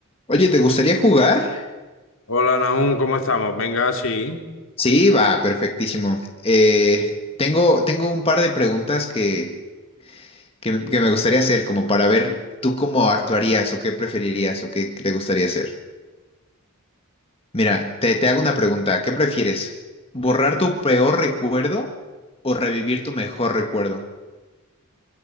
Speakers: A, on the left (about 25°); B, on the left (about 65°).
A: Oye, ¿te gustaría jugar?
B: Hola, Naum, ¿cómo estamos? Venga, sí.
A: Sí, va, perfectísimo. Eh, tengo, tengo un par de preguntas que, que, que me gustaría hacer, como para ver tú cómo actuarías o qué preferirías o qué te gustaría hacer. Mira, te, te hago una pregunta. ¿Qué prefieres? ¿Borrar tu peor recuerdo o revivir tu mejor recuerdo?